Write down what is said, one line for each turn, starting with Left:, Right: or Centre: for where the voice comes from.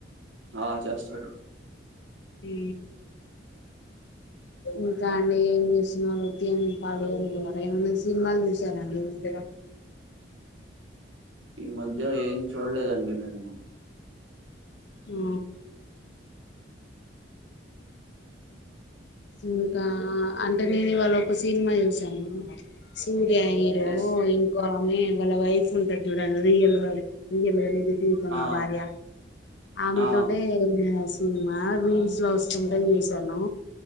Right: ఆ చేస్తారు.
Left: తీ ఇంకా అండి ఏం జేసున్నారు, ఉత్తిగనే కాలీగనే ఉన్నారా, ఏమన్న సి. మాల్ చూసారా అండి ఇ మధ్యలో
Right: ఈ మధ్య ఏం చూడ్లేదండి నేను
Left: ఊ ఇంకా అంటే నేను ఇవాళ ఒక సినిమా చూసాను సిమ్ య హీరో
Right: యెస్.
Left: ఇంకో ఆమె వాళ్ళ వైఫ్ ఉంటది జూడండి రియల్ వైఫ్ రియల్ గనే జి ఈవితంలో
Right: ఆ!
Left: భార్య ఆమె
Right: ఆ!
Left: తోటే సినిమా రీల్స్ లో ఒస్తుంటే జూసాను